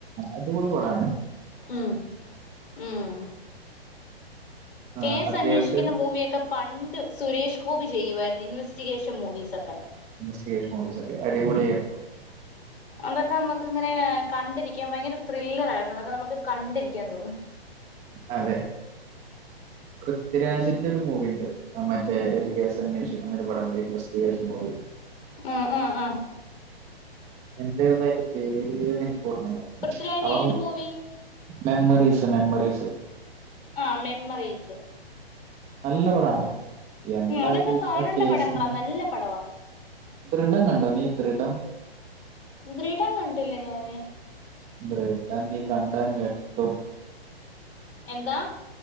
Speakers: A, on the right; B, on the left.
A: അടിപൊളി പടാണ്
B: ഉമ് ഉമ്
A: ആ,
B: കേസന്വേഷിക്കുന്ന
A: അത്യാവശ്യം
B: മൂവിയൊക്കെ പണ്ട് സുരേഷ് ഗോപി ചെയ്യുവാരുന്നു ഇൻവെസ്റ്റിഗേഷൻ മൂവീസൊക്കെ
A: ഇൻവെസ്റ്റിഗേഷൻ മൂവീസൊക്കെ അടിപൊളിയാരുന്നു
B: അതക്കമക്കിങ്ങനെ കണ്ടിരിക്കാൻ ഭയങ്കര ത്രില്ലറാരുന്നു അത് നമുക്ക് കണ്ടിരിക്കാൻ തോന്നും
A: അതെ പൃഥ്വിരാജിൻ്റൊരു മൂവിണ്ട് മറ്റേ ഒരു കേസന്വേഷിക്കുന്ന ഒരു പടണ്ട് ഇൻവെസ്റ്റിഗേഷൻ മൂവി
B: ഉമ് ഉമ് ആഹ്
A: എന്താരുന്നു അതിന്റെ പേര്ന്നെനിക്കോർമ്മല്ല
B: പൃഥ്വിരാജിന്റെ
A: അവ
B: ഏത് മൂവി
A: മെമ്മറീസ് മെമ്മറീസ്
B: ആഹ് മെമ്മറീസ്
A: നല്ല പടാ എന്താല്
B: ഉം അതൊക്കെ കാണേണ്ട
A: ആ കേസിന്റെ
B: പടങ്ങളാ നല്ല പടവാ
A: ദൃഢം കണ്ടോ നീ ദൃഢം
B: ദൃഢം കണ്ടില്ല ഞാന്
A: ദൃഢം നീ കണ്ടാ ഞെട്ടും
B: എന്താ